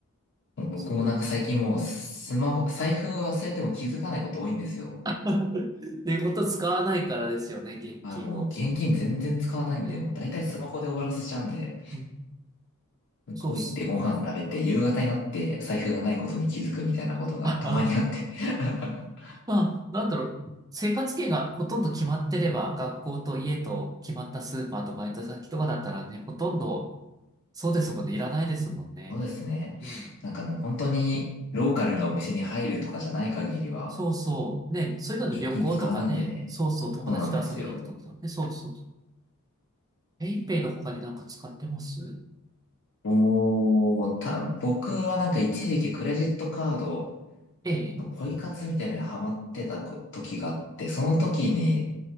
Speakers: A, on the left (about 50°); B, on the right (about 15°).
A: 僕もなんか最近もうスマホ、
B: すごい。
A: 財布を忘れても気づかないこと多いんですよ。
B: <laughs> 寝言使わないからですよね、現金も。
A: あ、もう現金全然使わないんで、
B: ね、
A: もう大体スマホで終わらせちゃうんで、
B: うん、
A: 向こう行ってご飯食べて、
B: そうっす。うん
A: 夕方になって財布がないことに気づくみたいなことがたまにあって。
B: <laughs>
A: <laughs>
B: まあ、なんだろう、生活圏がほとんど決まってれば、学校と家と決まったスーパーとバイト先とかだったらね、ほとんど、そうですもんね、いらないですもんね。
A: そうですね。
B: うん。
A: なんかもう本当にローカルなお店に入るとかじゃない限りは、
B: そうそう。ね、そういうので旅行とかね、
A: 現金使わないんでね。
B: そうそう、友達と遊びに行くとかね、
A: そうなんですよ。
B: そうそう。ペイペイの他になんか使ってます
A: もう、た、僕はなんか一時期クレジットカード
B: ええ。
A: ポイ活みたいなのにハマってたこ時があって、その時に